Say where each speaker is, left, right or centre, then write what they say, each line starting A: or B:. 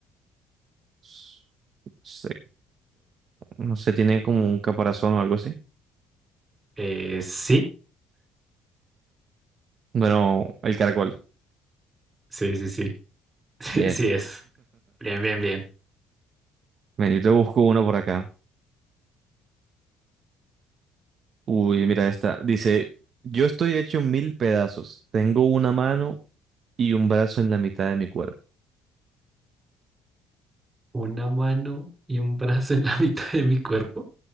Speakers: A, on the right; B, on the right.
A: S- Insecto. No sé, tiene como un caparazón o algo así.
B: Eh, sí,
A: Bueno, el caracol.
B: sí, sí, sí. <laughs>
A: Bien.
B: Sí es. Bien, bien, bien.
A: Ven, yo te busco uno por acá. Uy, mira esta. Dice, yo estoy hecho mil pedazos. Tengo una mano y un brazo en la mitad de mi cuerpo.
B: Una mano y un brazo en la <laughs> mitad de mi cuerpo.